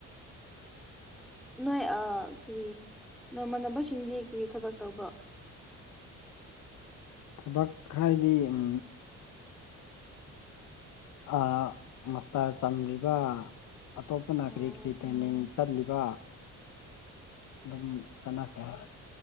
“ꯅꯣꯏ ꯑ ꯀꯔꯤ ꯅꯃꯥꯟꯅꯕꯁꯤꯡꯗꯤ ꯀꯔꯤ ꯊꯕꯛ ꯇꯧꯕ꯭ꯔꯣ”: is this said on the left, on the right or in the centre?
Centre